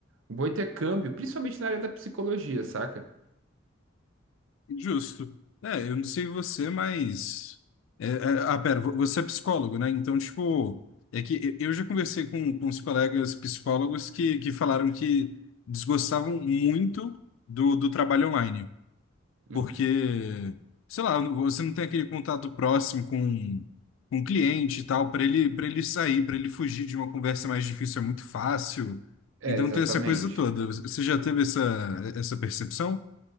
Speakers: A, on the right (about 70°); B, on the left (about 65°).
A: um bom intercâmbio, principalmente na área da psicologia, saca?
B: Justo. É, eu não sei você, mas. é, é, ah, pera, vo- você é psicólogo, né? Então, tipo, é que e- eu já conversei com, com os colegas psicólogos que, que falaram que desgostavam muito do, do trabalho online,
A: Uhum.
B: porque, sei lá, você não tem aquele contato próximo com, com o cliente e tal, para ele, para ele sair, para ele fugir de uma conversa mais difícil é muito fácil.
A: É,
B: Então,
A: exatamente.
B: tem essa coisa toda. Você já teve essa, essa percepção?